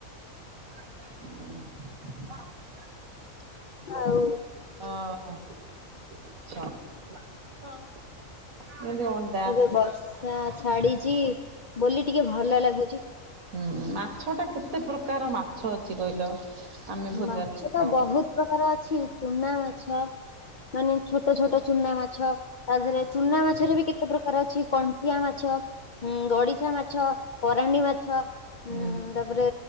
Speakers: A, on the right (about 85°); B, on the left (about 60°).
A: ହୁଁ
B: ଆଉ
A: ଓ ହୋ ହଁ ଏମିତି ଅ
B: ଏବେ ବର୍ଷା ଛାଡିଛି ବୋଲି ଟିକେ ଭଲ ଲାଗୁଛି।
A: ହୁଁ ମାଛ ଟା କେତେ ପ୍ରକାର ମାଛ ଅଛି କହିଲ? ଆମେ ଭୋଜନରେ
B: ମାଛ ଟା
A: ଖାଉ
B: ବହୁତ
A: ହୁଁ
B: ପ୍ରକାର ଅଛି ଚୁନା ମାଛ ମାନେ ଛୋଟ ଛୋଟ ଚୁନା ମାଛ ତା ଦେହରେ ଚୁନା ମାଛ ରେ ବି କେ କେତେ ପ୍ରକାର ଅଛି କଣ୍ଟିଆ ମାଛ ଉଁ ଗଡିଶା ମାଛ କରାଣ୍ଡି ମାଛ ଉଁ
A: ହୁଁ
B: ତାପରେ